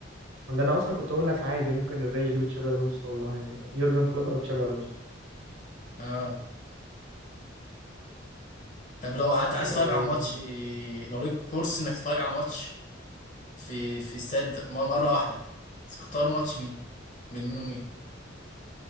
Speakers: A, on the right; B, on the left.
A: ده انا اصلا كنت اقول لك عادي ممكن الريال يجيب تشابي الونسو والله يورجن كلوب او تشابي الونسو
B: اه طب لو عت-
A: آه،
B: عايز تتفرج على ماتش لو ليك فرصه انك تتفرج على ماتش في في استاد م- مره واحده تختار ماتش مين من مين ومين